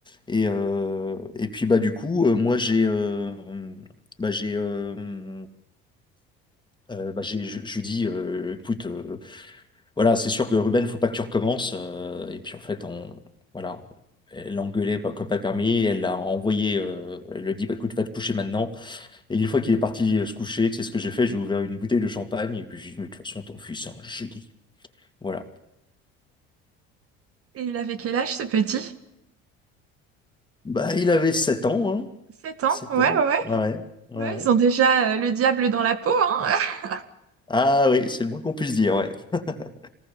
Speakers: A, on the left (about 15°); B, on the right (about 50°).
A: Et euh, et puis bah du coup euh, moi j'ai euh, bah j'ai euh, euh, bah j'ai je, je lui dis euh, écoute euh, voilà, c'est sûr que Ruben, faut pas que tu recommences. euh, et puis en fait, on, voilà, elle l'a engueulé pas- comme pas permis. Elle l'a envoyé. euh, elle lui a dit, bah, écoute, va te coucher maintenant. Et une fois qu'il est parti euh, se coucher, c'est ce que j'ai fait. J'ai ouvert une bouteille de champagne et puis j'ai dit, mais de toute façon, ton fils c'est un génie. Voilà.
B: Et il avait quel âge, ce petit?
A: Bah, il avait 7 ans, hein.
B: 7 ans,
A: 7
B: ouais, ouais,
A: ans.
B: ouais.
A: Ouais, ouais.
B: Ouais,
A: ouais.
B: ils ont déjà euh, le diable dans la peau, hein. <laughs>
A: Ah oui, c'est le moins qu'on puisse dire, ouais. <laughs>